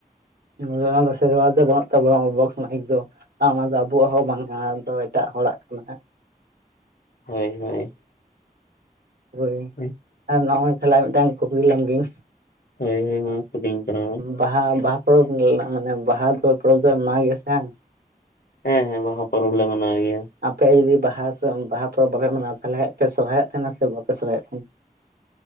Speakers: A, on the right; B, on the left.
A: <unintelligible> ᱥᱮᱨᱣᱟ ᱫᱚ ᱵᱟᱹᱱᱩᱜ ᱛᱟᱵᱚᱣᱟ ᱵᱚᱠᱥ ᱢᱟᱭᱤᱠ ᱫᱚ ᱾ ᱟᱨ ᱚᱱᱟ ᱫᱚ ᱟᱵᱚᱣᱟᱜ ᱦᱚᱸ ᱵᱟᱝ ᱠᱟᱱᱟ ᱟᱫᱚ ᱮᱴᱟᱜ ᱦᱚᱲᱟᱜ ᱠᱟᱱᱟ ᱾
B: ᱦᱳᱭ ᱦᱳᱭ ᱾
A: ᱦᱳᱭ ᱼᱼ
B: ᱦᱩᱸ ᱼᱼ
A: ᱟᱨ ᱱᱚᱜ-ᱚᱭ ᱛᱟᱦᱞᱮ ᱢᱤᱫᱴᱟᱝ ᱠᱩᱠᱞᱤ ᱞᱮᱢ ᱜᱤᱧ ᱾
B: ᱦᱳᱭ ᱦᱳᱭ ᱢᱟ ᱠᱩᱞᱤᱧ ᱛᱟᱞᱟᱝ ᱢᱮ ᱾
A: ᱵᱟᱦᱟ ᱵᱟᱦᱟ ᱯᱚᱨᱚᱵᱽ ᱨᱤᱱᱟᱜ ᱢᱟᱱᱮ ᱵᱟᱦᱟ ᱫᱚ ᱯᱚᱨᱚᱵᱽ ᱫᱚ ᱢᱟᱱᱟᱣ ᱜᱮ ᱥᱮ ᱾
B: ᱦᱮᱸ ᱦᱮᱸ ᱵᱟᱦᱟ ᱯᱚᱨᱚᱵᱽ ᱞᱮ ᱢᱟᱱᱟᱣ ᱜᱮᱭᱟ ᱾
A: ᱟᱯᱮ ᱡᱩᱫᱤ ᱵᱟᱦᱟ ᱥᱮ ᱵᱟᱦᱟ ᱯᱚᱨᱚᱵᱽ ᱵᱟᱯᱮ ᱢᱟᱱᱟᱣ ᱛᱟᱞᱦᱮ ᱠᱷᱟᱡ ᱯᱮ ᱥᱚᱨᱦᱟᱭᱚᱜ ᱛᱟᱦᱮᱱᱟ ᱥᱮ ᱵᱟᱯᱮ ᱥᱚᱨᱦᱟᱭᱚᱜ ᱛᱟᱦᱮᱱᱟ?